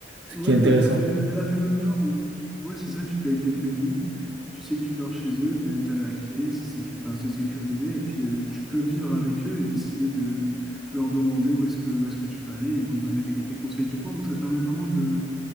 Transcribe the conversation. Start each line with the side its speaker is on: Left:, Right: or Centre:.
Right: ce
Centre: Ouais,
Right: qui est intéressant,
Centre: bah elle a fait le, elle a fait le même genre. En gros, tu, ouais, c'est ça, tu payes quelques nuits, tu sais que tu dors chez eux, que tu as la clé, c'est sécu- enfin, c'est sécurisé, et puis euh, tu peux vivre avec eux et décider de leur demander où est-ce que, où est-ce que tu peux aller. Ils vont te donner les, les conseils du coin, donc ça te permet vraiment de,